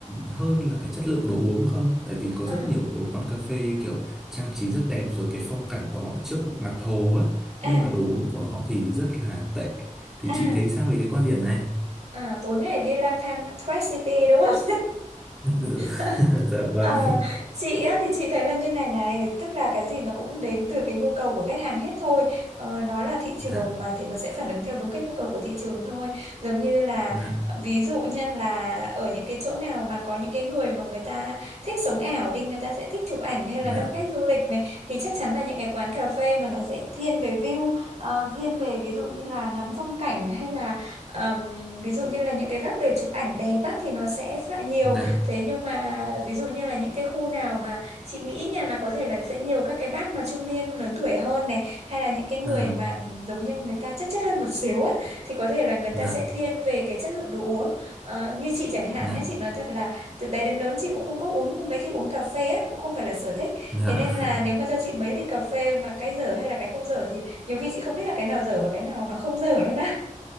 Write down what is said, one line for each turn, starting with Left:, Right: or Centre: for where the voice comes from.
Centre: hơn là cái chất lượng đồ uống không? Tại vì có
Right: ờ
Centre: rất nhiều của quán cà phê kiểu trang trí rất đẹp rồi cái phong cảnh của họ trước mặt hồ á,
Right: à
Centre: nhưng mà đồ uống của họ thì rất là tệ thì
Right: à
Centre: chị thấy sao về cái quan điểm này
Right: à tối ngày đi lang thang Thread City đúng không
Centre: <laughs>
Right: <laughs>
Centre: dạ vâng
Right: Ờ, chị á, thì chị thấy là như này này tức là cái gì nó cũng đến từ cái nhu cầu của khách hàng hết thôi ờ, nó là thị trường
Centre: dạ
Right: mà thì nó sẽ phản ứng theo đúng cái nhu cầu của thị trường thôi giống như là
Centre: dạ
Right: ờ, ví dụ nha là ở những cái chỗ nào mà có những cái người mà người ta thích sống ảo đi người ta sẽ thích chụp ảnh hay là
Centre: dạ
Right: đông khách du lịch này thì chắc chắn là những cái quán cà phê mà nó sẽ thiên về view ờ, thiên về ví dụ như là ngắm phong cảnh hay là ờm, ví dụ như là những cái góc để chụp ảnh đẹp á thì nó sẽ phải nhiều
Centre: dạ
Right: Thế nhưng mà ví dụ như là những cái khu nào mà chị nghĩ nha là có thể là sẽ nhiều các cái bác mà trung niên lớn tuổi hơn này hay là những cái người
Centre: ờ,
Right: mà ừ, giống như người ta chất chất hơn một xíu á thì có thể là người ta
Centre: dạ
Right: sẽ thiên về cái chất lượng đồ uống. Ờ, như chị chẳng hạn
Centre: dạ
Right: nhé chị nói thật là từ bé đến lớn chị cũng không có uống mấy khi uống cà phê á cũng không phải là sở thích.
Centre: dạ
Right: Thế nên là nếu mà cho chị mấy ly cà phê mà cái dở hay là cái không dở thì nhiều khi chị không biết là cái nào dở và cái nào nó không dở luôn á.